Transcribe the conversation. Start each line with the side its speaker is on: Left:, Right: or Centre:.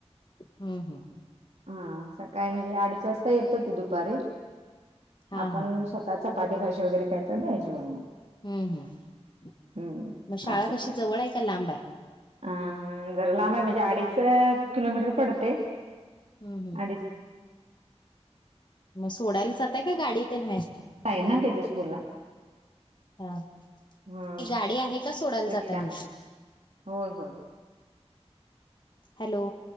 Left: हम्म हम्म
Right: हा, सकाळी म्हणजे अडीच वाजता येतो तो दुपारी,
Left: हा
Right: आपण
Left: हा
Right: स्वतः चपाती भाजी वगैरे काय तर द्यायची बनवून.
Left: हम्म हम्म,
Right: हम्म
Left: मग शाळा
Right: असं
Left: कशी
Right: काय
Left: जवळ आहे का लांब आहे?
Right: अ जरा लांब आहे, म्हणजे अडीच किलोमीटर पडते.
Left: हम्म हम्म
Right: अडीच
Left: मग सोडायला जाताय का गाडी तेन हाय?
Right: हाय ना त्याज्या स्कूलला.
Left: हा, की
Right: हम्म.
Left: गाडी आहे का सोडायला
Right: रिक्षा
Left: जाताय म्हंटलं?
Right: होय होय
Left: हॅलो!